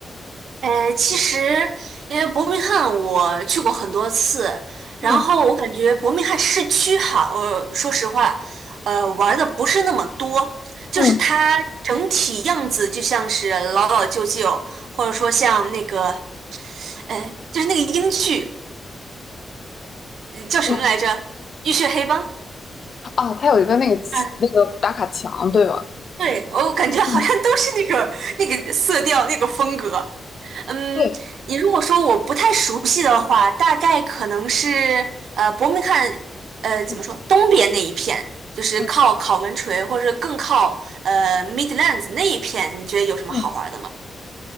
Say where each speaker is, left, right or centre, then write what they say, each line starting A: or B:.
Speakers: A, on the right; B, on the left.
A: 呃，其实因为伯明翰我去过很多次，然后我感觉伯明翰市区哈，
B: 嗯
A: 我说实话，呃，玩的不是那么多，
B: 嗯，
A: 就是它整体样子就像是老老旧旧，或者说像那个，呃，就是那个英剧。呃叫什么来着？
B: 对
A: 浴血黑帮
B: 啊，它有一个那个那个打卡墙，
A: 啊，
B: 对吧？
A: 对，我感觉好像都是那个那个色调那个风格。
B: 嗯，
A: 嗯，
B: 对，
A: 你如果说我不太熟悉的话，大概可能是呃伯明翰呃怎么说东边那一片，
B: 嗯
A: 就是靠考文垂或者是更靠呃
B: 嗯
A: Midlands 那一片，你觉得有什么好玩的吗？
B: 嗯。